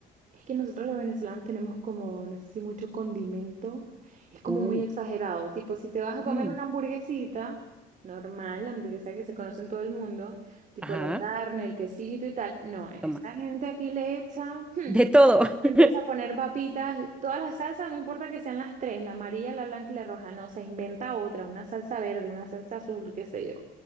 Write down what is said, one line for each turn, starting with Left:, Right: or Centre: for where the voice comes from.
Right: Es que nosotros los venezolanos tenemos como, no sé si mucho condimento, es como
Centre: Uh,
Right: muy exagerado, tipo si te vas a comer
Centre: Mm,
Right: una hamburguesita, normal, la hamburguesa que se conoce en todo el mundo, tipo
Centre: ajá,
Right: la carne, el quesito y tal, no, esta
Centre: toma.
Right: gente aquí le echa, hmm,
Centre: De todo.
Right: empieza
Centre: <laughs>
Right: a poner papitas, todas las salsas, no importa que sean las tres, la amarilla, la blanca y la roja, no, se inventa otra, una salsa verde, una salsa azul, qué sé yo.